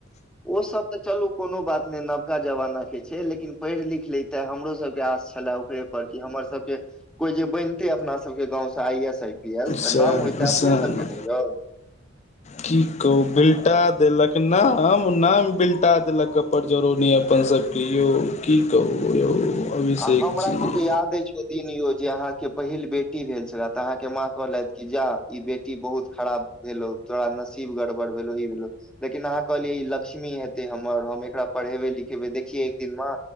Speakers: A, in the centre; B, on the left.
A: ओसभ तऽ चलू कोनो बात नहि नवका जमाना के छै लेकिन पढ़ि लिख लै तए हमरो सबके आस छले ओकरे पर कि हमर सबके कोई जे बैनतइ अपना सब के गाँव स I S I P S त
B: साला
A: नाम होइते अपने
B: साला
A: सब के ने यौ को-
B: की कहू बिल्टा देलक नाम नाम बिलटा देलक अप- बड्ड जरूरनी अपन सबके यौ की कहु यौ अभिषेक
A: आ हमरा
B: जी
A: सबके याद अइछ दिन यौ जे अहाँके पहिल बेटी भेल छले तऽ अहाँके माँ कहलथि कि जा ई बेटी बहुत खराब भेलौ तोरा नशिब गड़बड़ भेलो ई भेलौ लेकिन अहाँ कहलियै ई लक्ष्मी हेतै हमर हम एकरा पढ़ेबै लिखेबै देखियै एक दिन मां